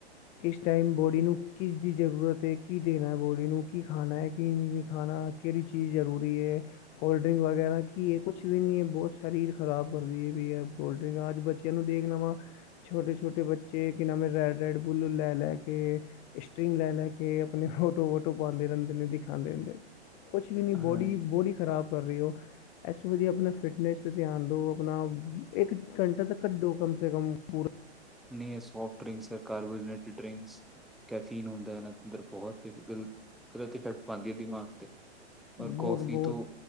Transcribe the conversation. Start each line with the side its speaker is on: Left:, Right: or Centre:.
Left: ਕਿਸ ਟਾਈਮ ਬੋਡੀ ਨੂੰ ਕਿਸ ਦੀ ਜ਼ਰੂਰਤ ਏ ਕੀ ਦੇਣਾ ਬੋਡੀ ਨੂੰ ਕੀ ਖਾਣਾ ਕੀ ਨੀ ਖਾਣਾ ਕੇੜੀ ਚੀਜ਼ ਜ਼ਰੂਰੀ ਏ ਕੋਲਡ-ਡਰਿੰਕ ਵਗੈਰਾ ਕੀ
Centre: ਹਮ,
Left: ਏ ਕੁਛ ਵੀ ਨੀ ਐ‌ ਬੋਸ ਸਰੀਰ ਖ਼ਰਾਬ ਕਰਦੀ ਪਈ ਐ ਕੋਲਡ ਡਰਿੰਕ ਅੱਜ ਬੱਚਿਆਂ ਨੂੰ ਦੇਖ ਲਵਾਂ ਛੋਟੇ-ਛਟੇ ਬੱਚੇ ਕਿ ਨਾਮਂ ਰੈਡ-ਰੈਡ ਬੂਲ ਲੈ ਲੈ ਕੇ ਸਟਰਿੰਗ ਲੈ-ਲੈ ਕੇ ਆਪਣੇ ਫੋਟੋ-ਵੋਟੋ ਪਾਂਦੇ ਰੈਂਦੇ ਨੇ ਦਿਖਾਂਦੇ ਰੈਂਦੇ ਕੁਛ ਵੀ ਨੀ ਬੋਡੀ
Centre: ਹਾਂਜੀ।
Left: ਬਾਡੀ ਬੋਡੀ ਖਰਾਬ ਕਰ ਰੀ ਓ। ਐਸ ਤੋਂ ਵਧੀਆ ਆਪਣਾ ਫਿਟਨੈਸ ਤੇ ਧਿਆਨ ਦੋ ਆਪਣਾ ਇੱਕ ਘੰਟਾ ਤੇ ਕੱਢੋ ਕਮ ਸੇ ਕਮ ਪੂਰਾ।
Centre: ਨਹੀਂ ਐ ਸੋਫਟ ਡਰਿੰਕਸ ਸਰਕਾਰ ਵਾਲੀ ਨੈਟ ਡ੍ਰਿੰਕਸ ਕੈਫੀਨ ਹੁੰਦਾ ਐਨ ਅੰਦਰ ਬੋਹਤ ਪਿੱਪਲ ਗਲਤ ਇਫੈਕਟ ਪਾਂਦੀ ਏ ਦਿਮਾਗ ਤੇ
Left: ਬਹੁਤ
Centre: ਔਰ ਕੌਫੀ
Left: ਬਹੁਤ
Centre: ਤੋਂ